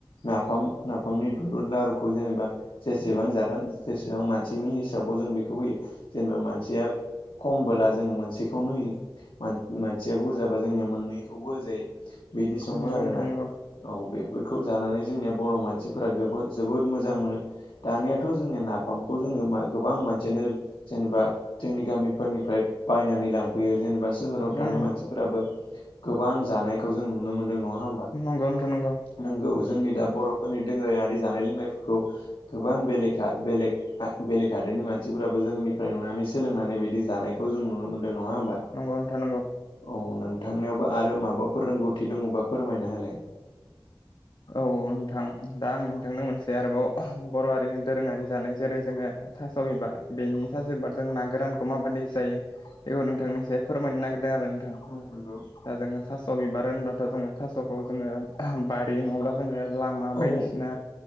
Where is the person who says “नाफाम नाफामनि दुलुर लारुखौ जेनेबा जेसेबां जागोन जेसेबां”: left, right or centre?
Left